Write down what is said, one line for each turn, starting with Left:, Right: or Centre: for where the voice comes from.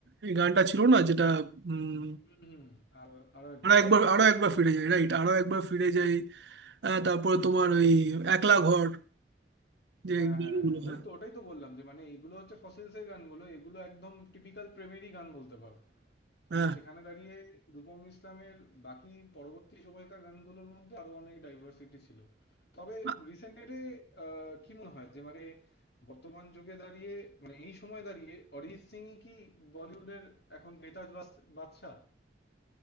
Right: এই গানটা ছিল না যেটা উম,
Left: হুম আর আরো একবার
Right: আরো একবার আরো একবার ফিরে যাই রাইট আরো একবার ফিরে যাই হ্যাঁ তারপরে তোমার ওই একলা ঘর যে
Left: হ্যাঁ
Right: গানগুলো
Left: হ্যাঁ হ্যাঁ
Right: হ্যাঁ
Left: ওই তো ওটাই তো বললাম যে মানে এগুলো হচ্ছে ফসিলস এর গানগুলো এগুলো একদম টিপিক্যাল প্রেমেরই গান বলতে পারো কিন্তু
Right: হ্যাঁ
Left: সেখানে দাঁড়িয়ে রূপম ইসলামের বাকি পরবর্তী সময়কার গানগুলোর মধ্যে আরো অনেক ডাইভার্সিটি ছিল তবে
Right: আ-
Left: রিসেন্ট ডেটে কি মনে হয় যে মানে বর্তমান যুগে দাঁড়িয়ে মানে এই সময় দাঁড়িয়ে অরিজিৎ সিং কি বলিউডের এখন বেতাজ বাদশাহ